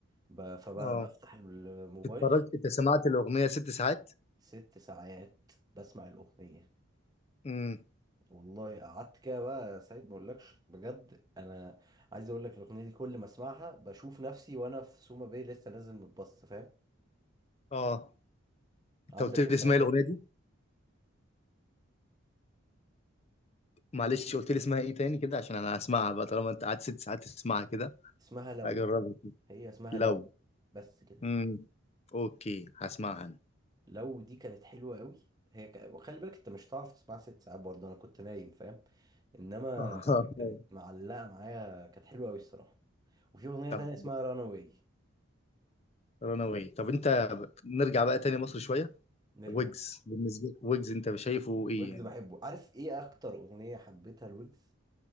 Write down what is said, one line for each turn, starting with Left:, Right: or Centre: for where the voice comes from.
Right: ب- فبفتح
Left: اه
Right: الموبايل
Left: اتفرجت انت سمعت الاغنيه ست ساعات
Right: ست ساعات بسمع الأغنية
Left: م.
Right: والله قعدت كده بقى سعيد ما اقولكش بجد انا عايز اقول لك الاغنيه دي كل ما اسمعها بشوف نفسي وانا في سوما باي لسه نازل متبسط فاهم
Left: اه انت
Right: عندك
Left: قلت لي
Right: انت
Left: اسمها إيه
Right: اغاني
Left: الاغنيه
Right: كده
Left: دي معلش قلت لي اسمها ايه تاني كده عشان انا هسمعها بقى طالما انت قعدت ست ساعات تسمعها كده
Right: اسمها لو
Left: هجربها
Right: هي اسمها
Left: لو
Right: لو بس كده
Left: امم اوكي هسمعها انا
Right: لو دي كانت حلوة قوي هي ك... وخلي بالك انت مش هتعرف تسمعها ست ساعات برضه انا كنت نايم فاهم انما
Left: <laughs>
Right: كانت معلقة معايا كانت حلوة قوي الصراحة وفي اغنية
Left: طب
Right: تانية اسمها رانا واي
Left: رناوي طب انت نرجع بقى تاني مصر شويه
Right: نرجع
Left: ويجز
Right: بيها
Left: بالنسبه لك ويجز انت شايفه ايه
Right: ويجز
Left: يعني
Right: بحبه عارف ايه اكتر اغنية حبيتها لويجز